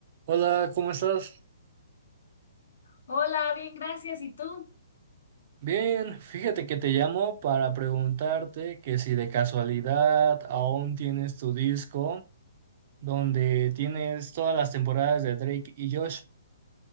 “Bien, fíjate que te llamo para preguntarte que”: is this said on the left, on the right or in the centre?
Right